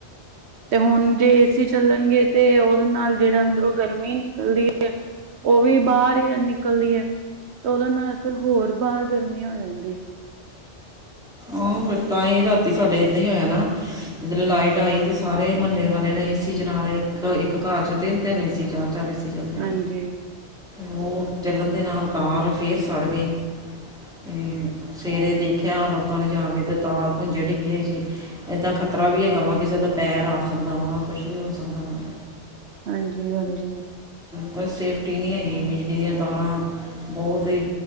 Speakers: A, on the right; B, in the centre.
A: ਤੇ ਹੁਣ ਜੇ ਏਸੀ ਚੱਲਣਗੇ ਤੇ ਉਹਦੇ ਨਾਲ ਜਿਹੜਾ ਅੰਦਰੋਂ ਗਰਮੀ ਨਿਕਲਦੀ ਅ ਉਹ ਵੀ ਬਾਹਰ ਹੀ ਨਿਕਲਦੀ ਹੈ ਤੇ ਉਹਦੇ ਨਾਲ ਫਿਰ ਹੋਰ ਬਾਹਰ ਗਰਮੀ ਹੋ ਜਾਂਦੀ ਹੈ।
B: ਹਾਂ ਫਿਰ ਤਾਂਹੀ ਰਾਤੀ ਸਾਡੇ ਏਦਾਂ ਹੀ ਹੋਇਆ ਨਾ ਕਿੱਧਰੇ ਲਾਈਟ ਆਈ ਤੇ ਸਾਰੇ ਮਹੱਲੇ ਵਾਲੇ ਨੇ ਏਸੀ ਚਲਾ ਲਏ ਦੇ ਨਾਲ ਇੱਕ ਇੱਕ ਘਰ ਚ ਤਿੰਨ ਤਿੰਨ ਏਸੀ ਚਾਰ ਚਾਰ ਏਸੀ ਚਲਦੇ
A: ਹਾਂਜੀ,
B: ਆ ਉਹ ਚੱਲਣ ਦੇ ਨਾਲ ਤਾਰ ਫੇਰ ਸੜ ਗਈ ਤੇ ਸਵੇਰੇ ਦੇਖਿਆ ਲੋਕਾਂ ਨੇ ਜਾ ਕੇ ਤੇ ਤਾਰ ਭੁੰਜੇ ਡਿੱਗੀ ਹੋਈ ਸੀ। ਇੱਦਾਂ ਖ਼ਤਰਾ ਵੀ ਹੈਗਾ ਵਾ ਕਿਸੇ ਦਾ ਪੈਰ ਆ ਸਕਦਾ ਵਾ ਕੁਛ ਵੀ ਹੋ ਸਕਦਾ ਵਾ
A: ਹਾਂਜੀ ਹਾਂਜੀ
B: ਕੋਈ ਸੇਫਟੀ ਨਹੀਂ ਹੈ ਗੀ ਬਿਜਲੀ ਦੀਆਂ ਤਾਰਾਂ ਬਹੁਤ ਹੀ